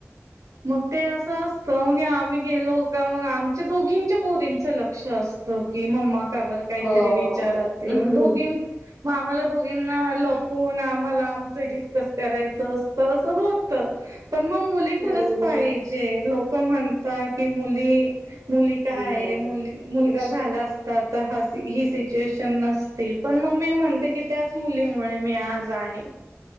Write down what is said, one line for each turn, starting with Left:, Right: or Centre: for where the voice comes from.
Right: मग ते असं असतं. मगे आम्ही गेलो का मग आमच्या दोघींच्या पोरींच लग- -क्ष असत. कि मम्मा का बर काहीतरी
Left: हो
Right: विचारात
Left: हो.
Right: ए.
Left: हम्म.
Right: म दोघी- म आम्हाला दोघींना लपून. आम्हाला आमचं डिस- -कस करायचं असत अस होत. पण मग मुली
Left: हम्म.
Right: खरच- पाहिजे. लोक म्हणतात की मुली- मुली का
Left: हम्म.
Right: आहे
Left: नाही
Right: मुली- मुलगा
Left: नाही.
Right: झाला असता त ही सिच्युएशन नसती. पण मग मी म्हणते की त्या- मुलीमुळे मी आज आहे.